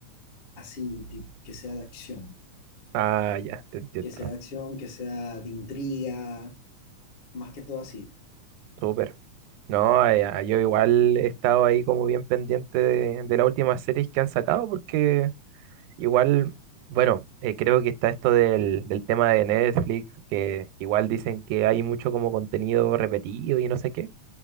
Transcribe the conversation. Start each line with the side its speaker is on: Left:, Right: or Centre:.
Left: así, tip- que sea de acción.
Right: Ah, ya, te entiendo.
Left: que sea de acción, que sea de intriga, más que todo así.
Right: Súper. No, eh, ah, yo igual he estado ahí como bien pendiente de, de las últimas series que han sacado porque... Igual, bueno, eh, creo que está esto del, del tema de Netflix, que igual dicen que hay mucho como contenido repetido y no sé qué.